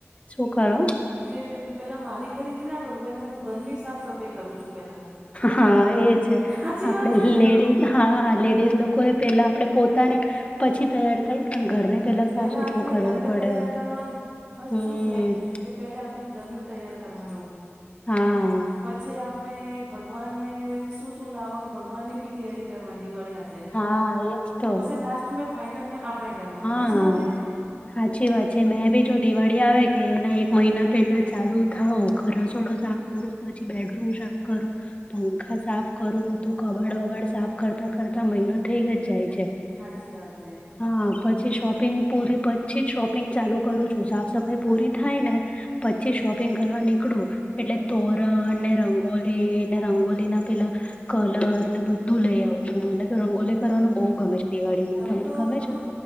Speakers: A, on the left; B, on the right.
A: શું કરો?
B: મેં પેલા મારી ખરીદી ના કરું પેલા હું ઘરની સાફ સફાઈ કરું છું પેલા.
A: હા એ છે
B: સાચી
A: આપડે
B: વાત છે ને
A: લેડીઝ હા લેડીઝ લોકો એ પેલા આપડે પોતે ને પછી તૈયાર થાય ત ઘરને સાફ
B: પેલા
A: સુથરું
B: આપને
A: કરવું
B: ઘરને
A: પડે
B: તૈયાર કરવાનું ફર્
A: હમ
B: શું છે. કે પેલા આપણે ઘરને તૈયાર કરવાનું.
A: હા.
B: પછી આપણે ભગવાનને શું શું લાવવાનું ભગવાનની બી તૈયારી કરવાની દિવાળી હાથે,
A: હા એજ તો
B: પછી લાસ્ટ મે ફાઈનલ મેં આપણે કરવાની. સાચી
A: હા,
B: વાત કે નહીં
A: સાચી વાત છે મેં ભી જો દિવાળી આવે કે એના એક
B: હમ
A: મહિના પેલા ચાલુ થાવ ઘસોડો સાફ કરુ પછી બેડરૂમ સાફ કરુ. પંખા સાફ કરું બધું કબાડ વબાડ સાફ કરતા કરતા મહિનો થઇ જ જાય છે.
B: સાચી વાત હૈ.
A: હા પછી શોપિંગ પૂરી પછી જ શોપિંગ ચાલુ કરું છું સાફ સફાઈ પૂરી થાય ને. પછી શોપિંગ કરવા નીકળું. એટલે તોરણ ને રંગોલી ને રંગોલી ના પેલા કલર ને બધું લઈ આવ. મને તો રંગોલી
B: હે
A: કરવાનું બહુ ગમે છે દિવાળીમાં
B: તમે
A: તમને
B: તો
A: ગમે
B: બધું
A: છે?